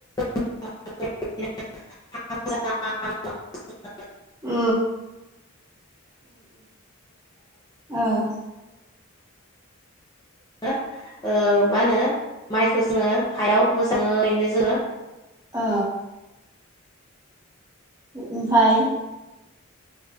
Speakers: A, on the left; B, on the right.
A: <inaudible>
B: औ अ
A: मा होनो माइखौ जोङो हायाव मोजाङैनो जोङो
B: अ ओमफफ्राय